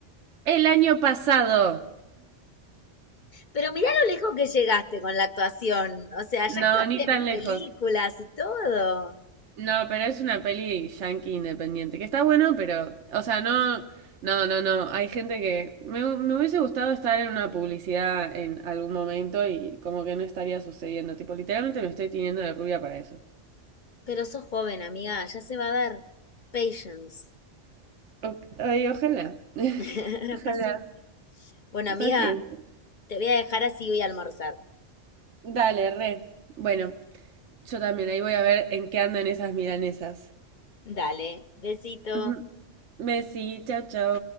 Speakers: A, on the right; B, on the left.
A: El año pasado.
B: Pero mirá lo lejos que llegaste con la actuación. O sea, ya
A: No,
B: actuaste
A: ni tan
B: en
A: lejos.
B: películas y todo.
A: No, pero es una peli yankee independiente, que está bueno, pero, o sea, no, no, no, no, hay gente que me, hu- me hubiese gustado estar en una publicidad en algún momento y como que no estaría sucediendo, tipo, literalmente me estoy tiñendo de rubia para eso.
B: Pero sos joven, amiga, ya se va a dar. Patience.
A: O- ay, ojalá, <laughs>
B: <laughs>
A: ojalá,
B: Paciencia. Bueno, amiga,
A: paciencia.
B: te voy a dejar así voy a almorzar.
A: Dale, re. Bueno, yo también ahí voy a ver en qué andan esas milanesas.
B: Dale, besito.
A: Ujú. Besí, chao, chao.